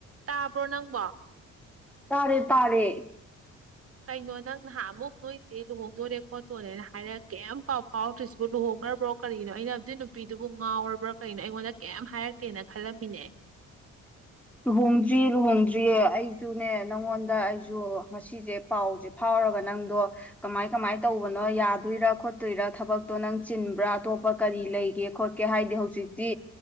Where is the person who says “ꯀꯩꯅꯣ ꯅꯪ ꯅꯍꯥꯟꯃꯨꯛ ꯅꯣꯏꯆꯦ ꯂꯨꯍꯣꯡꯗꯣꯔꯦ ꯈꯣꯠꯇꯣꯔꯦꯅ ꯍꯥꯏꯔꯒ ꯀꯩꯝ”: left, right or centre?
Right